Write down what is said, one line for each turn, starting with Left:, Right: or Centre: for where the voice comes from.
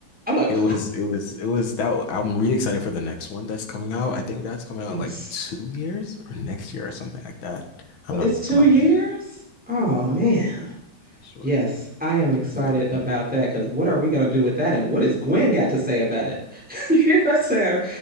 Centre: I'm like,
Left: It was, it was, it was that. I'm really excited for the next one that's coming out. I think that's coming out
Centre: yes.
Left: in like two years or next year or something like that. I'm not,
Centre: it's two
Left: I'm not
Centre: years.
Left: really sure.
Centre: Oh man.
Left: Sure.
Centre: Yes, I am excited
Left: Yeah.
Centre: about that because what are we going to do with that? And what has Gwen got to say about it? <laughs> You know, so